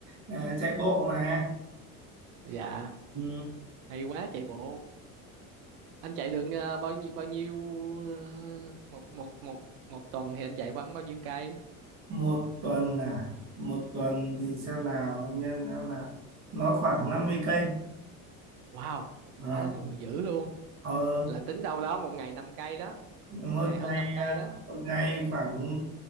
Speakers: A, on the right; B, on the right.
A: à, chạy bộ mà
B: dạ
A: ừ.
B: hay quá chạy bộ anh chạy được ờ, bao nhiêu bao nhiêu ờ, một một một một tuần thì anh chạy khoảng bao nhiêu cây
A: một tuần à một tuần thì xem nào anh nhân xem nào nó khoảng năm mươi cây
B: wow
A: à,
B: quá dữ luôn
A: ờ,
B: là tính đâu đó một ngày năm cây đó
A: một
B: ngày hơn
A: ngày
B: năm cây
A: à,
B: đó
A: một ngày khoảng